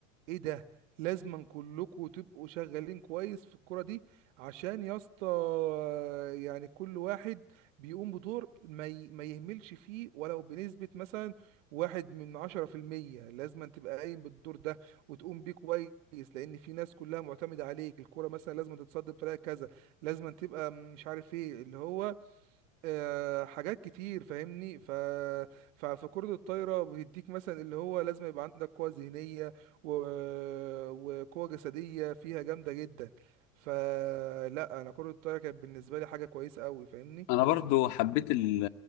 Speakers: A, on the right; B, on the left.
A: ايه ده لازما كلكم تبقوا شغالين كويس في الكره دي عشان يا اسطى آه، يعني كل واحد بيقوم بدور ما ي- ما يهملش فيه ولو بنسبه مثلا واحد من عشرة في المية لازما تبقى قايم بالدور ده وتقوم بيه كويس لان في ناس كلها معتمده عليك الكره مثلا لازم تتصد بطريقه كذا لازم تبقى مش عارف ايه اللي هو آه، حاجات كتير فاهمني ف... ف... فكرة الطايرة بتديك مثلا اللي هو لازم يبقى عندك قوة ذهنية و... وقوة جسدية فيها جامدة جدا فلا انا كرة الطايرة كانت بالنسبة لي حاجة كويسة قوي فاهمني
B: انا برضو حبيت ال-